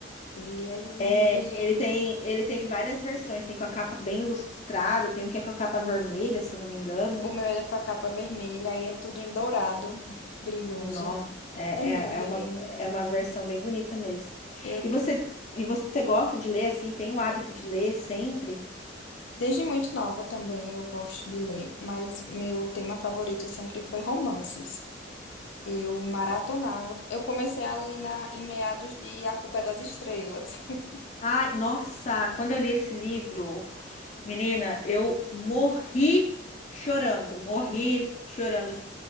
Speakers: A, on the left; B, on the left.
A: Ele é lindo,
B: É,
A: lindo.
B: ele tem, ele tem várias versões, tem com a capa bem ilustrada, tem um que é com a capa vermelha, se eu não me engano.
A: O meu é com a capa vermelha, aí é tudo em dourado, brilhoso.
B: não é,
A: É lindo,
B: é, é uma,
A: lindo.
B: é uma versão bem bonita mesmo.
A: Eu,
B: E você, e você gosta de ler assim, tem o hábito de ler sempre?
A: desde muito nova também, eu gosto de ler, mas meu tema favorito sempre foi romances. Eu maratonava. Eu comecei ali na, em meados de A Culpa é das Estrelas. <laughs>
B: Ah, nossa, quando eu li esse livro, Menina, eu morri chorando, morri chorando.